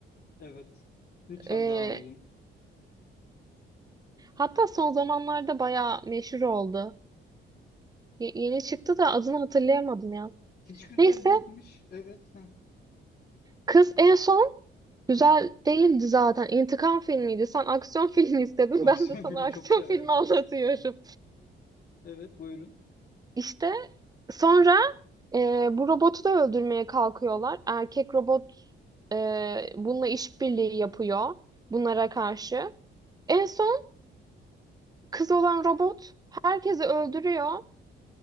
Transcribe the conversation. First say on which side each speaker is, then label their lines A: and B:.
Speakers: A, on the left (about 45°); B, on the right (about 20°).
A: Evet. Lütfen
B: Ee,
A: devam edin.
B: hatta son zamanlarda bayağı meşhur oldu. Y- yeni çıktı da adını hatırlayamadım ya.
A: Hiç güzel
B: Neyse
A: değilmiş. Evet. Hı.
B: Kız en son güzel
A: Hı.
B: değildi zaten. İntikam filmiydi. Sen aksiyon <laughs> filmi istedin.
A: Aksiyon
B: Ben de sana
A: <laughs> filmi
B: aksiyon
A: çok severim.
B: filmi anlatıyorum.
A: Evet, buyurun.
B: İşte sonra e, bu robotu da öldürmeye kalkıyorlar. Erkek robot e, bununla işbirliği yapıyor bunlara karşı. En son kız olan robot herkesi öldürüyor